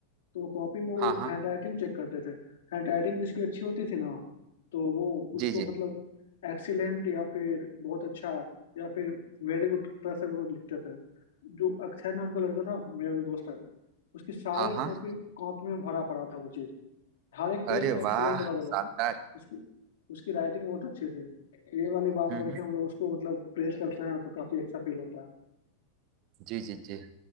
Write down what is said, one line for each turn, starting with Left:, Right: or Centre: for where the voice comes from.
Left: तो वो कॉपी में वो
Right: हाँ हाँ
Left: हैंड राइटिंग चेक करते थे हैंड राइटिंग जिसकी अच्छी होती थी ना तो वो
Right: जी
Left: उसको
Right: जी
Left: मतलब एक्सीलेंट या फिर बहुत अच्छा या फिर वेरी गुड तरह से वो लिखते थे जो अक्षय नाम का लड़का था मेरा जो दोस्त है उसकी सारे
Right: हाँ हाँ
Left: कॉपी कॉपी में भरा पड़ा था वो चीज हर एक पेज
Right: अरे
Left: में एक्सीलेंट
Right: वाह
Left: वगैरह
Right: शानदार
Left: उसकी उसकी राइटिंग बहुत अच्छी थी तो ये वाली बात
Right: हम्म
Left: करके
Right: हम्म
Left: हम लोग उसको मतलब प्रेज करते हैं तो काफी अच्छा फील होता है
Right: जी जी जी